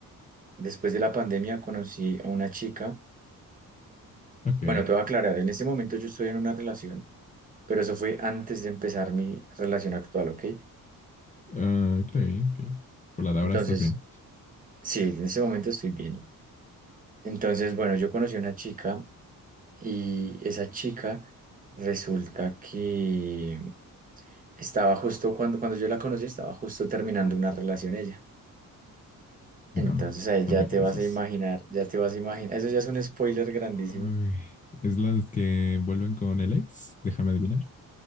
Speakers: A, on the right (about 25°); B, on the left (about 25°).
A: después de la pandemia, conocí a una chica.
B: Ok,
A: Bueno, te voy a aclarar, en este momento yo estoy en una relación, pero eso fue antes de empezar mi relación actual, ¿ok?
B: ah, ok, ok. Con la de
A: Entonces,
B: ahora estás bien.
A: sí, en este momento estoy bien. Entonces, bueno, yo conocí a una chica Y esa chica resulta que estaba justo cuando, cuando yo la conocí, estaba justo terminando una relación ella.
B: No,
A: Entonces ahí ya
B: no me
A: te
B: digas
A: vas
B: eso.
A: a imaginar, ya te vas a imaginar. Eso ya es un spoiler grandísimo.
B: Uy, ¿es las que vuelven con el ex? Déjame adivinar.